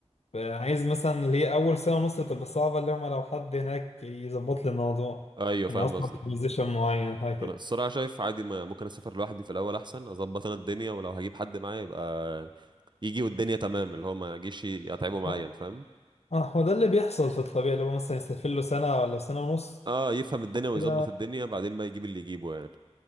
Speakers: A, on the left; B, on the right.
A: عايز مثلا ليه اول سنه ونص تبقى صعبه اللي هم لو حد هناك يظبط لي الموضوع
B: ايوه فاهم
A: انا اصلا
B: قصدك
A: في بوزيشن معين هكذا
B: انا الصراحه شايف عادي ما ممكن اسافر لوحدي في الاول احسن اظبط انا الدنيا ولو هجيب حد معايا يبقى يجي والدنيا تمام اللي هو ما يجيش يتعبه معايا
A: اه
B: انت فاهم
A: آه، هو ده اللي بيحصل في الطبيعي اللي هو مثلا يسافر له سنه ولا سنه ونص
B: اه يفهم الدنيا ويظبط
A: كده
B: الدنيا بعدين بقى يجيب اللي يجيبه يعني